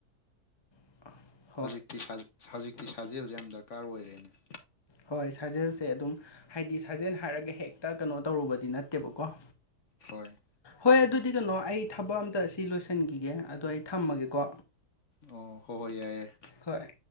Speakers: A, on the left; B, on the left.
A: <unintelligible>
B: ꯍꯧꯖꯤꯛꯇꯤ ꯁꯥꯖ ꯍꯧꯖꯤꯛꯇꯤ ꯁꯥꯖꯦꯜꯖꯦ ꯌꯥꯝ ꯗꯔꯀꯥꯔ ꯑꯣꯏꯔꯦꯅꯦ
A: ꯍꯣꯏ ꯁꯥꯖꯦꯜꯁꯦ ꯑꯗꯨꯝ ꯍꯥꯏꯗꯤ ꯁꯥꯖꯦꯟ ꯍꯥꯏꯔꯒ ꯍꯦꯛꯇ ꯀꯩꯅꯣ ꯇꯧꯔꯨꯕꯗꯤ ꯅꯠꯇꯦꯕꯀꯣ
B: ꯍꯣꯏ
A: ꯍꯣꯏ ꯑꯗꯨꯗꯤ ꯀꯩꯅꯣ ꯑꯩ ꯊꯕꯛ ꯑꯝꯇ ꯁꯤ ꯂꯣꯏꯁꯤꯟꯈꯤꯒꯦ ꯑꯗꯣ ꯑꯩ ꯊꯝꯃꯒꯦꯀꯣ
B: ꯑꯣ ꯍꯣꯍꯣꯏ ꯌꯥꯏꯌꯥꯏ
A: ꯍꯣꯏ